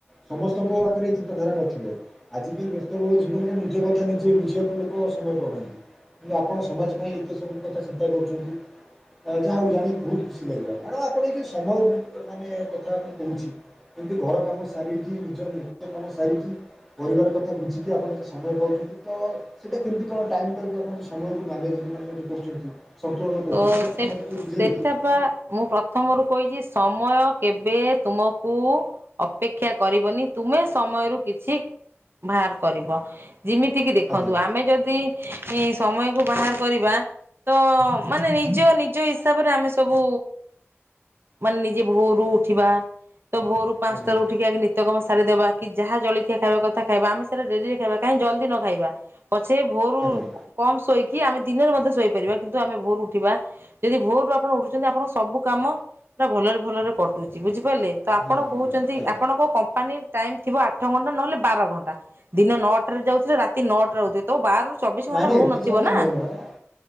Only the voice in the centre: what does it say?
ସମସ୍ତଙ୍କ ପାଖରେ ଚିନ୍ତାଧାରା ନଥିବ ଆଜିକାଲି ବ୍ୟସ୍ତ ବହୁଳ ଜୀବନରେ ନିଜ କଥା ନିଜେ ବୁଝିବାକୁ ଲୋକ ସମୟ ପାଉ ନାହାଁନ୍ତି କିନ୍ତୁ ଆପଣ ସମାଜ ପାଇଁ ଏତେ ସବୁ କଥା ଚିନ୍ତା କରୁଛନ୍ତି ଯାହା ହଉ ଜାଣି ବହୁତ ଖୁସି ଲାଗିଲା ମ୍ୟାଡାମ ଆପଣ ଏ ସମୟ ମାନେ କଥା ମୁଁ କହୁଛି ଏମତି ଘର କାମ ସାରିକି ନିଜ ନିଜ କାମ ସାରିକି ପରିବାର କଥା ବୁଝିକି ଆପଣ ଏତେ ସମୟ ପାଉଛନ୍ତି ତ ସେଇଟା କେମିତି କଣ ଟାଇମ୍ ଟାକୁ ଆପଣ ସମୟକୁ ମ୍ୟାନେମେଣ୍ଟ କରୁଛନ୍ତି? ସନ୍ତୁଳନ କରୁଛନ୍ତି
ସେଇା
ଟିକେ ମୋତେ ଟିକେ
ବୁଝେଇବେ କି?
ଆଜ୍ଞା
ଆଜ୍ଞା
ଆଜ୍ଞା
ଆଜ୍ଞା
ଆଜ୍ଞା।
ନାଇଁ
ନାଇଁ
ଏତେ ସମୟ
ନୁହଁ ମ୍ୟାଡ଼ାମ୍